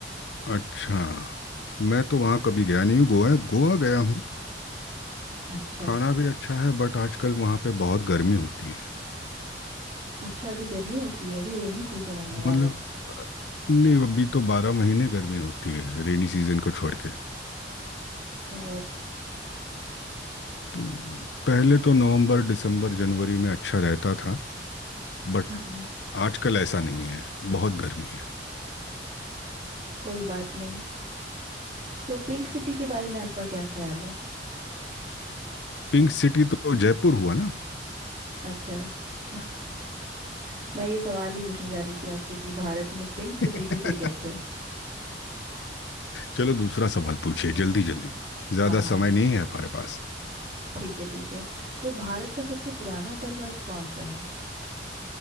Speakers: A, on the left; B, on the right.
A: अच्छा मैं तो वहाँ कभी गया नहीं हूँ गोवा गोवा गया हूँ
B: अच्छा
A: खाना
B: अच्छा
A: भी अच्छा है बट आजकल वहाँ पे बहुत गर्मी होती है
B: अच्छा अभी गर्मी होती है अभी रेनी सीजन आने वाला
A: मतलब
B: है
A: अ, नहीं अभी तो बारह महीने गर्मी होती है रेनी सीजन को छोड़ के
B: ओ
A: तो पहले तो नवंबर दिसंबर जनवरी में अच्छा रहता था बट
B: हाँ
A: आजकल ऐसा नहीं है बहुत गर्मी है
B: कोई बात नहीं तो पिंक सिटी के बारे में आपका क्या ख्याल है
A: पिंक सिटी तो जयपुर हुआ ना
B: अच्छा <laughs> मैं ये सवाल ही पूछने जा रही थी आपसे कि भारत में पिंक सिटी
A: <laughs>
B: किसे कहते हैं
A: चलो दूसरा सवाल पूछिए जल्दी जल्दी ज्यादा
B: हाँ हाँ
A: समय
B: हाँ
A: नहीं है हमारे पास
B: ठीक है ठीक है तो भारत का सबसे पुराना पर्वत कौन सा है